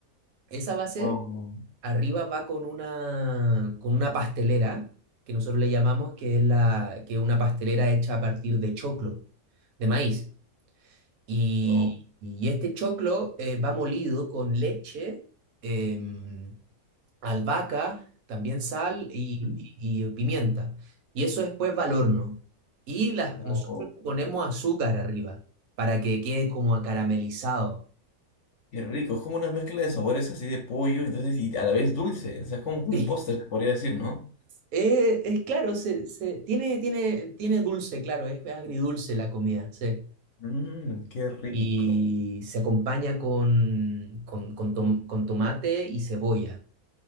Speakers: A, on the right; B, on the left.
A: Esa base
B: Oh, oh,
A: arriba va con una, con una pastelera, que nosotros le llamamos, que es la, que es una pastelera hecha a partir de choclo, de maíz. Y,
B: oh,
A: y este choclo eh, va molido con leche. em, albahaca, también sal y,
B: mm,
A: y- y pimienta. Y eso después va al horno. Y las,
B: oh,
A: nosotros le ponemos azúcar arriba para que quede como acaramelizado.
B: qué rico, es como una mezcla de sabores así de pollo, entonces, y a la vez dulce, o sea, es como un
A: Sí.
B: póster, se podría decir, ¿no?
A: Eh, es claro, se, se- tiene, tiene, tiene dulce, claro, es agridulce la comida, sí.
B: Mmm, qué rico.
A: Y se acompaña con, con, con tom- con tomate y cebolla,